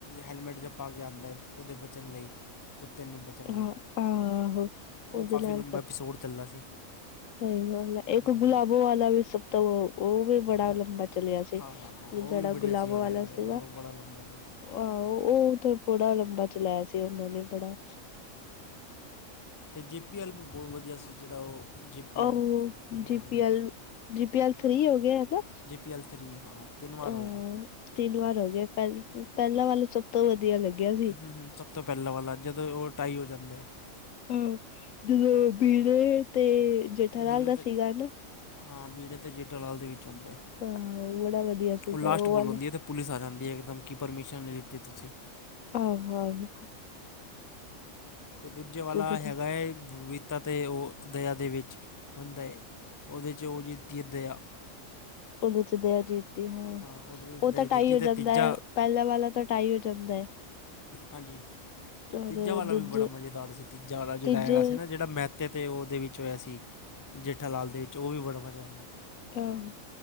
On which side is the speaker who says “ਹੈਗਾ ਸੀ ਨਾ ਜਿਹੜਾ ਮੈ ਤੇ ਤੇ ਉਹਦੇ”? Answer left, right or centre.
Left